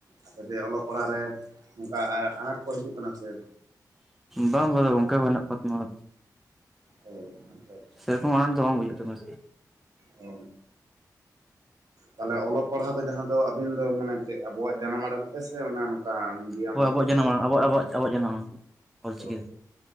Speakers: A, on the right (about 55°); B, in the centre.
A: ᱟᱪᱪᱷᱟ ᱡᱮ ᱚᱞᱚᱜ ᱯᱟᱲᱦᱟᱜ ᱨᱮ ᱱᱚᱝᱠᱟ ᱟ-ᱟᱱᱟᱴ ᱠᱚ ᱦᱤᱡᱩᱜ ᱠᱟᱱᱟ ᱥᱮ
B: ᱵᱟᱝ <unintelligible> ᱜᱚᱝᱠᱮ ᱱᱟᱱᱩᱜ ᱠᱚᱣᱟ ᱛᱚ ᱚᱱᱟᱜᱮ᱾
A: ᱚ ᱟᱪᱪᱷᱟ ᱟᱪᱪᱷᱟ᱾
B: ᱥᱮᱨᱚᱠᱚᱢ ᱟᱱᱟᱱᱴ ᱫᱚ ᱵᱟᱝ ᱵᱩᱡᱩᱜ ᱠᱟᱱᱟ
A: ᱚ᱾ ᱛᱟᱞᱦᱮ ᱚᱞᱚᱜ ᱯᱟᱲᱦᱟᱣ ᱫᱚ ᱡᱟᱦᱟᱸ ᱫᱚ ᱟᱵᱤᱱ ᱫᱚ ᱢᱟᱱᱮ ᱪᱮᱫ ᱟᱵᱚᱣᱟᱜ ᱡᱟᱱᱟᱢ ᱟᱲᱟᱝ ᱛᱮ ᱥᱮ ᱢᱟᱱᱮ ᱱᱚᱝᱠᱟ ᱢᱤᱰᱤᱭᱟᱢ
B: ᱦᱳᱭ ᱟᱵᱚᱣᱟᱜ
A: ᱤᱭᱟᱹ
B: ᱡᱟᱱᱟᱢ ᱟᱲᱟᱝ ᱟᱵᱚᱣᱟᱜ ᱟᱵᱚᱣᱟᱜ ᱟᱵᱚᱣᱟᱜ ᱡᱟᱱᱟᱢ ᱟᱲᱟᱝ᱾ ᱚᱞᱪᱤᱠᱤ
A: ᱚ᱾